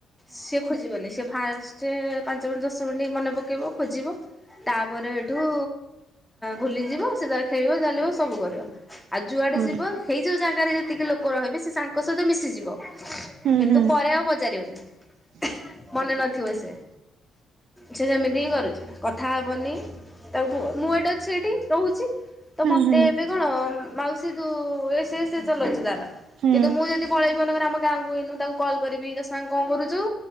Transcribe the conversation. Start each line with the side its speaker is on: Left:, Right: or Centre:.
Centre: ସିଏ ଖୋଜିବନି ସିଏ ଫାଷ୍ଟ ପାଞ୍ଚ ମିନିଟି, ଦଶ ମିନିଟ୍ ମନେ ପକେଇବ ଖୋଜିବ ତାପରେ ହେଠୁ ଭୁଲିଯିବ ସେ ତାର ଖେଳିବ ଚାଲିବ ସବୁ କରିବ। ଆଉ ଯୁଆଡେ
Right: ହୁଁ
Centre: ଯିବ ହେଇ ଯୋଉ ଜାଗାରେ ଯେତିକି ଲୋକ ରହିବେ ସେ ତାଙ୍କ ସହିତ ମିଶିଯିବ।
Right: ହୁଁ
Centre: କିନ୍ତୁ
Right: ହୁଁ।
Centre: ପରେ ଆଉ ପଚାରିବନି ମନେ ନଥିବ ସେ ସେ ଯେମିତି ହିଁ କରୁଚି କଥା ହବନି। ତାକୁ ପୁଅ ମୁଁ ଏଠି ଅଛି ଏଠି ରହୁଛି <unintelligible> ତ
Right: ହୁଁ
Centre: ମତେ
Right: ହୁଁ
Centre: ଏବେ କଣ ମାଉସୀ ତୁ ଏସ ଏ ସେ ଚଲଉଚି ତାର।
Right: ହୁଁ
Centre: କିନ୍ତୁ ମୁଁ ଯଦି ପଳେଇବି ମନେକର ଆମ ଗାଁକୁ ଏଇନୁ ତାକୁ କଲ୍ କରିବି ଯଶ ଆଁ କଣ କରୁ ଚୁ